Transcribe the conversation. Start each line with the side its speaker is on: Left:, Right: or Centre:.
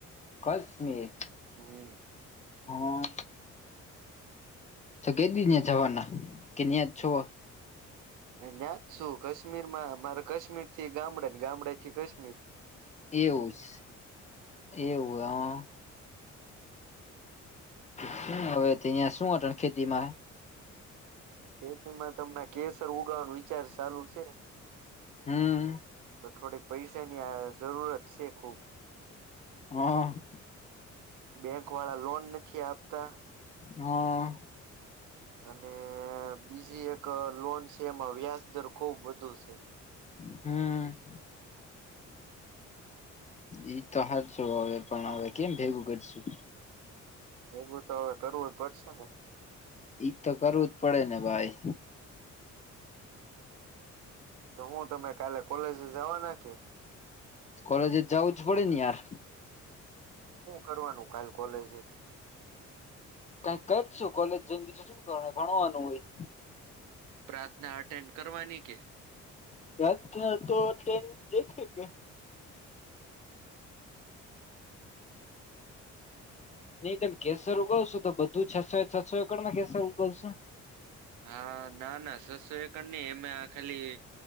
Left: કશમીર,
Right: હમ
Left: હો તો કે દી ત્યાં જવાના? કે ન્યા જ છો?
Right: ન્યાત શું કાશ્મીરમાં મારે કાશ્મીર થી ગામડે ને ગામડે થી કશ્મીર
Left: એવુંસ, એવું હ. શું હવે તે અહિયાં, શું અટન ખેતી માં?
Right: ખેતીમાં અમના કેસર ઉગાવાનું વિચાર સાલુ છે.
Left: હમ્મ
Right: તો થોડીક પૈસાની આ જરૂરત છે ખૂબ.
Left: હ
Right: બેંક વાળા લોન નથી આપતા.
Left: હ
Right: અને બીજી એક લોન છે એમાં વ્યાજ દર ખુબ વધુ છે.
Left: હમ્મ ઈ તો હાચુ હવે પણ હવે કેમ ભેગું કરશું
Right: ભેગું તો હવે કરવું જ પડશે ને
Left: ઈજ તો કરવું જ પડે ને ભાઈ
Right: તો હું તમે કાલે કોલેજે જવાના કે
Left: કોલેજે જવું જ પડેને યાર
Right: હું કરવાનું કાલ કોલેજે
Left: કઈક કરશું કોલેજ જઈને બીજું શું કરવાનું ભણવાનું હોય
Right: પ્રાર્થના અટેન્ડ કરવાની કે
Left: <unintelligible> નહી તમે કેસર ઉગવશો તો બધું છસો છસો એકડમાં કેસર ઉગવશો
Right: હા ના ના છસો એકડ ની એમા ખાલી